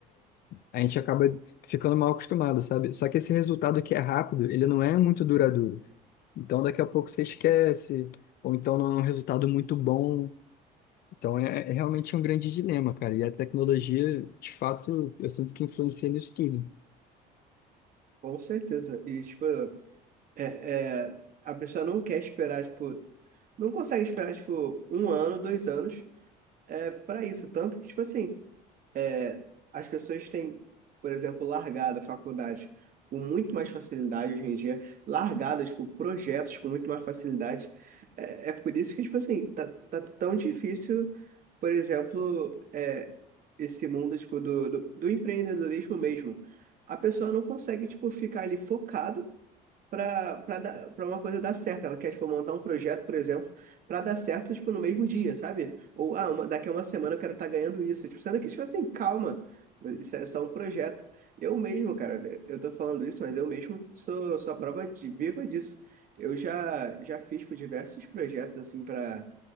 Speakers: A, on the left (about 60°); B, on the right (about 50°).
A: a gente acaba ficando mal acostumado, sabe? Só que esse resultado que é rápido, ele não é muito duradouro. Então daqui a pouco você esquece, ou então não é um resultado muito bom. Então é, é realmente um grande dilema, cara. E a tecnologia, de fato, eu sinto que influencia nisso tudo.
B: Com certeza. E, tipo, é, é, a pessoa não quer esperar, tipo, não consegue esperar, tipo, um ano, dois anos é, para isso. Tanto que, tipo assim. é, as pessoas têm, por exemplo, largado a faculdade com muito mais facilidade hoje em dia, largado, tipo, projetos com muito mais facilidade. É, é por isso que, tipo assim, tá, tá tão difícil, por exemplo, é, esse mundo, tipo, do, do, do empreendedorismo mesmo. A pessoa não consegue, tipo, ficar ali focado para para uma coisa dar certo. Ela quer, tipo, montar um projeto, por exemplo, para dar certo, tipo, no mesmo dia, sabe? Ou, ah, uma, daqui a uma semana eu quero estar ganhando isso. Tipo, sendo que, tipo assim, calma, isso é só um projeto. Eu mesmo, cara, né, eu tô falando isso, mas eu mesmo sou, sou a prova de- viva disso. Eu já, já fiz, tipo, diversos projetos, assim, para